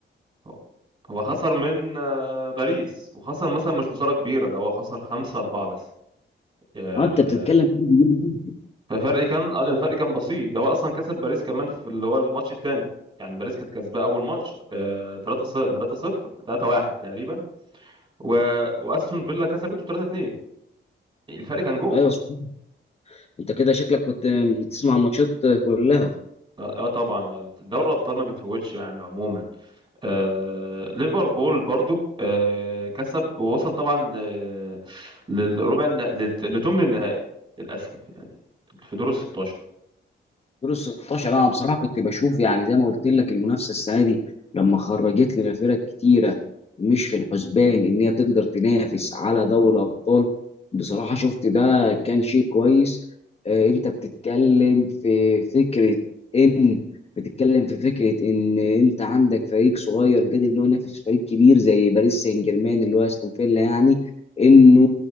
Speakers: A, on the right (about 30°); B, on the left (about 30°).
A: هو هو خسر من آه، باريس وخسر مثلا مش خسارة كبيرة ده هو خسر خمسة أربعة بس آه،
B: اه انت بتتكلم في فرق كبير جدا.
A: ففرق كان قال الفرق كان بسيط ده هو أصلا كسب باريس كمان في اللي هو الماتش التاني يعني باريس كانت كسباه أول ماتش 3 0 3 0 3 1 تقريبا و... وأستون فيلا كسبته 3 2 الفرق كان جول
B: ايوه صحيح. انت كده شكلك كنت بتسمع ماتشات كلها
A: اه آه طبعا دوري الابطال ما بتفوتش يعني عموما آه ليفربول برضو آه كسب ووصل طبعا ل- للربع الن- للت- لثمن النهائي للاسف يعني في دور ال 16
B: دور ال 16 انا بصراحه كنت بشوف يعني زي ما قلت لك المنافسه السنه دي لما خرجت لنا فرق كتيره مش في الحسبان ان هي تقدر تنافس على دوري الابطال بصراحه شفت ده كان شيء كويس آه، انت بتتكلم في فكره ان بتتكلم في فكره ان انت عندك فريق صغير قادر ان هو ينافس فريق كبير زي باريس سان جيرمان اللي هو استون فيلا يعني انه